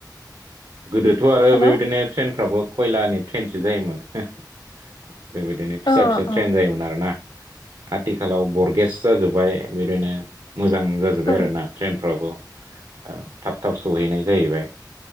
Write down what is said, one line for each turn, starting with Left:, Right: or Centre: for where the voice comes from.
Right: गोदोथ' आरो
Left: हेल'
Right: बेबायदिनो ट्रेनफ्राबो खयलानि ट्रेनसो जायोमोन। बेबायदिनो फिसा
Left: अ
Right: फिसा
Left: अ
Right: ट्रेन जायोमोन आरोना? आथिखालाव बरगेस जाजोब्बाय बिदिनो मोजां जाजोब्बाय
Left: ओं
Right: आरोना ट्रेनफ्राबो थाब थाब सहैनाय जाहैबाय।